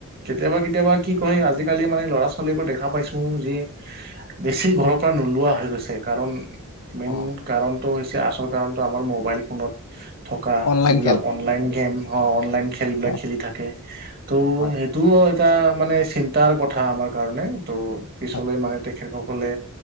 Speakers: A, on the right; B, on the left.
A: কেতিয়াবা-কেতিয়াবা কি কয়, আজিকালি মানে ল'ৰা ছোৱালীবোৰ দেখা পাইছোঁ যি বেছি ঘৰৰ পৰা নোলোৱা হৈ গৈছে কাৰণ মেইন
B: অ অ
A: কাৰণটো হৈছে আচল কাৰণটো আমাৰ মোবাইল ফোনত থকা
B: অনলাইন
A: যিবিলাক
B: খেল
A: অনলাইন গেম হ অনলাইন খেলবিলাক
B: অ
A: খেলি থাকে। ত'
B: হয়
A: সেইটোও এটা মানে চিন্তাৰ কথা আমাৰ কাৰণে ত' পিছলৈ
B: হয়
A: মানে তেখেত সকলে